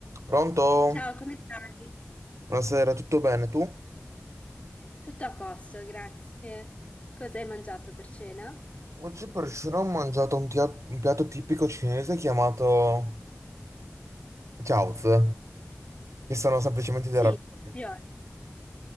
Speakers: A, on the right; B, on the left.
A: Pronto?
B: Ciao, come stai?
A: Buonasera, tutto bene tu?
B: Tutto a posto, grazie. Cosa hai mangiato per cena?
A: Oggi per cena ho mangiato un, tia- un piatto tipico cinese chiamato Chaozi, che sono semplicemente dei
B: Sì,
A: ravioli.
B: ravioli.